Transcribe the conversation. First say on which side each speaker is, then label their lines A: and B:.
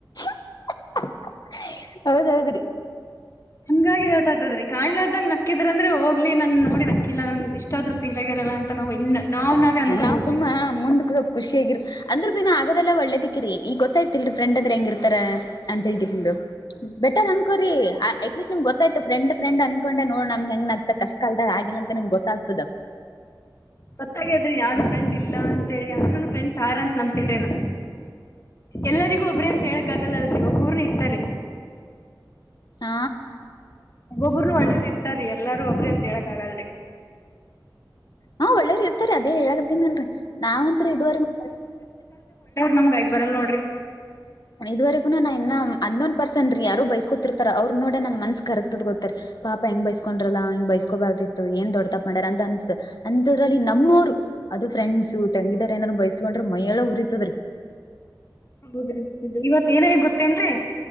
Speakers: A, on the left; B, on the left.
A: <inaudible> ಹೌದೌದ್ರೀ
B: ಹಂಗಾಗಿ ಹರಟತದ್ರೀ ಕಾಣ್ಲಾರ್ದ ನಕ್ಕಿದ್ರ ಅಂದ್ರೆ ಹೋಗ್ಲಿ ನನ್ ನೋಡಿ ನಕ್ಕಿಲ್ಲ ನನ್ ಇಷ್ಟಾದ್ರುಫೀಲ್ ಆಗಿರಲ್ಲ ಅಂತ ನಾವು ಇನ್ನ ನಾವ್ ನಾವೇ ಅನ್ಕೋಬೋದ್
A: ನಾ ಸುಮ್ಮಾ
B: ರೀ
A: ಮುಂದಕ್ ಸ್ವಲ್ಪ ಖುಷಿಯಗಿರು ಅಂದ್ರ ದಿನ ಆಗದೆಲ್ಲ ಒಳ್ಳೇದಕ್ಕಿರಿ ಈಗ ಗೊತ್ತ್ತಿಲ್ರಿ ಫ್ರೆಂಡ್ಂದ್ರೆ ಹೆಂಗಿರ್ತಾರ ಅಂತ ಹೇಳ್ ಬೆಟರ್ ಅನ್ಕೋರಿ ಅಟ್ಲೀಸ್ಟ್ ನಿಮ್ಗ್ ಗೊತ್ತಾಯ್ತ ಫ್ರೆಂಡ್ ಫ್ರೆಂಡ್ ಅನ್ಕೊಂಡೆ ನೋಡಣ ಹೆಂಗತ ಆಗ್ತ ಕಷ್ಟ ಕಾಲ್ದಾಗ ಆಗಿಲ್ಲ ಅಂತ ನಿಮ್ಗ್ ಗೊತ್ತಾಗ್ತದ
B: ಗೊತ್ತಾಗಾದ್ರಿ ಯಾರು ಫ್ರೆಂಡ್ ಇಲ್ಲ ಅಂತ ಹೇಳಿ ಆದ್ರೂನು ಫ್ರೆಂಡ್ಸ್ ತಾರಾ ಅಂತ ನಂಬುತ್ತಿನಿ ನಾನು ಎಲ್ಲರಿಗೂ ಒಬ್ರೇ ಅಂತ ಹೇಳಕ್ ಆಗಲ್ಲಲ್ರಿ ಒಬ್ಬೂರ್ನ ಇರ್ತಾರಿರಿ
A: ಆ
B: ಒಬ್ಬೊಬರುನು ಒಳ್ಳೇರ್ ಇರ್ತಾರೀ ಎಲ್ಲಾರೂ ಒಬ್ರಿ ಅಂತ ಹೇಳಕ್ ಆಗಲ್ರಿ
A: ಹಾ ಒಳ್ಳೇರಿ ಇರ್ತರಿ ಅದೇ ಹೇಳತ್ತನಲ್ರರಿ ನಾವಂತತ್ ಇದುವರೆಗ
B: ನಮ್ಗ ಐದ ಬರಲ್ ನೋಡ್ರಿ
A: ಇದ್ವರೆಗು ನಾ ಇನ್ನ ಅನ್ನೋನ್ ಪರ್ಸನ್ ರೀ ಯಾರು ಬಸ್ಕೊತಿರ್ತಾರ ಅವ್ರ ನೋಡಿ ನನ್ ಮನ್ಸ್ ಕರಕ್ ಗೊತ್ತರಿ ಪಾಪ ಹೆಂಗ ಬೈಸ್ಕೊಂಡ್ರಲ್ಲಾ ಹಿಂಗ ಬೈಸ್ಕೋಬಾರ್ದಿತ್ತು ಏನ್ ದೊಡ್ಡತಪ್ಪು ಮಾಡಾರ ಅಂತ ಅನಿಸ್ತು ಅಂತದ್ರಲ್ಲಿ ನಮ್ಮವರು ಅದು ಫ್ರೆಂಡ್ಸು ತಂಗಿದಾರು ಏನಾರು ಬೈಸ್ಕೊಂಡ್ರೆ ಮೈಎಲ್ಲ ಉರಿತದ್ರೀ
B: ಹೌದ್ರಿ ಇವತ್ ಏನೈತು ಗೊತ್ತೇನ್ರೀ